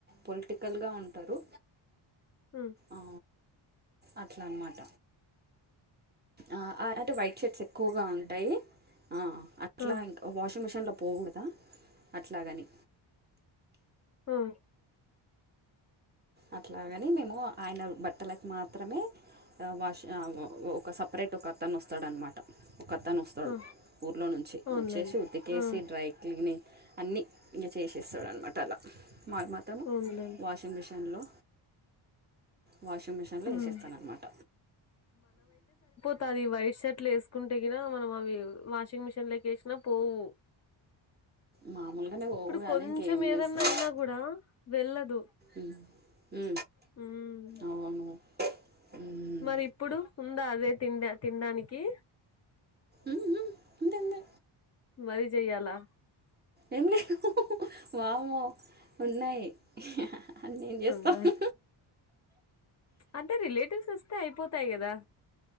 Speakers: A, on the right (about 20°); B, on the left (about 35°).
A: పొలిటికల్‌గా ఉంటారు
B: ఉమ్మ్
A: ఆ అట్లా అనమాట ఆ ఆ అంటే వైట్ షర్ట్స్ ఎక్కువగా ఉంటాయి ఆ అట్లా
B: ఆ
A: ఇంకా వాషింగ్ మిషన్లో పోవు కదా అట్లాగని
B: ఉమ్మ్
A: అట్లాగాని మేము ఆయన బట్టలకు మాత్రమే వాష్ ఆ ఓ ఒక సపరేట్ ఒక అతను వస్తాడు అన్నమాట ఒక అతను వ స్తాడు
B: ఆ
A: ఊర్లో నుంచి
B: అవునులేండి
A: వచ్చేసి ఉతికేసి
B: ఆ
A: డ్రై క్లీనింగ్ అన్నీ ఇంగ చేసేస్తాడు అనమాట అలా మావి మాత్రము
B: అవునులేండి
A: washing machine hello washing machine లో
B: ఉమ్
A: వేసేస్తా అన్నమాట
B: పది వైట్ షర్ట్లు వేసుకుంటే గిన మనం అవి వాషింగ్ మిషిన్ లేకి వేసినా పోవు
A: మామూలుగానే పోవు
B: ఇప్పుడు
A: కానీ
B: కొంచెం
A: ఇంకేం
B: ఏదన్నా
A: చేస్తాం
B: అయినా కూడా వెళ్ళదు
A: ఉ ఉ
B: ఉమ్
A: అవును మ్మ్.
B: మరి ఇప్పుడు ఉందా అదే తిండ తినడానికి
A: ఉవు ఉంది ఉంది
B: మరీ చెయ్యాలా
A: ఏం లేదు వాముమో ఉన్నాయి అన్ని ఏం చేస్తాము
B: ఉందా అంటే రిలేటివ్స్ వస్తే అయిపోతాయి కదా